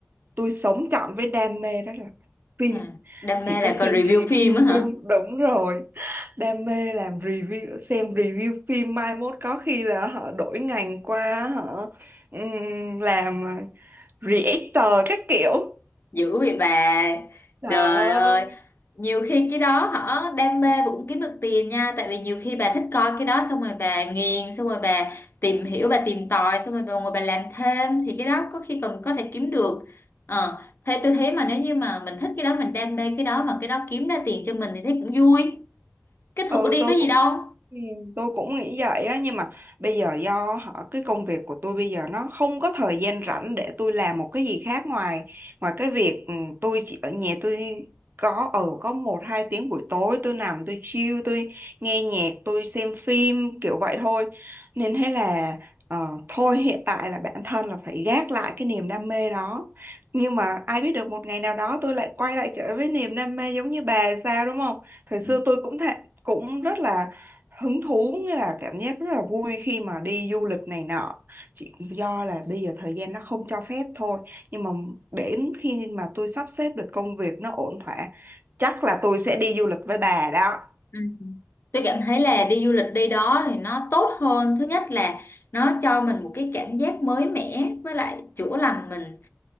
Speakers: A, on the right; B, on the left.
A: tôi sống trọn với đam mê đó là phim
B: Ừ. Đam
A: chỉ
B: mê là
A: có xem
B: coi review
A: review
B: phim á hả?
A: phim đúng rồi đam mê làm review xem review phim mai mốt có khi là họ đổi ngành qua họ ừm, làm reactor các kiểu
B: Dữ vậy bà
A: đó
B: Trời ơi nhiều khi cái đó hả đam mê và cũng kiếm được tiền nha tại vì nhiều khi bà thích coi cái đó xong rồi bà nghiền xong rồi bà tìm hiểu bà tìm tòi xong rồi bà ngồi bà làm thêm thì cái đó có khi còn có thể kiếm được ờ thế tôi thấy mà nếu như mà mình thích cái đó mình đam mê cái đó mà cái đó kiếm ra tiền cho mình thì thấy cũng vui cái thử
A: Ừ
B: đi
A: tôi
B: có gì
A: cũng
B: đâu
A: ừ, tôi cũng nghĩ vậy á nhưng mà bây giờ do họ cái công việc của tôi bây giờ nó không có thời gian rảnh để tôi làm một cái gì khác ngoài ngoài cái việc ừ, tôi chỉ ở nhà tôi có ở có một hai tiếng buổi tối tôi nằm tôi chill tôi nghe nhạc tôi xem phim kiểu vậy thôi nên thế là ờ, thôi hiện tại là bản thân là phải gác lại cái niềm đam mê đó nhưng mà ai biết được một ngày nào đó tôi lại quay lại trở với niềm đam mê giống như bà sao đúng không Thời xưa
B: Ừ.
A: tôi cũng thế, cũng rất là hứng thú nghĩa là cảm giác rất là vui khi mà đi du lịch này nọ chỉ do là bây giờ thời gian nó không cho phép thôi nhưng mà đến khi mà tôi sắp xếp được công việc nó ổn thỏa chắc là tôi sẽ đi du lịch với bà đó
B: Ừ. Tôi cảm thấy là
A: Ừ.
B: đi du lịch đi đó thì nó tốt hơn. Thứ nhất là nó cho mình một cái cảm giác mới mẻ với lại chữa lành mình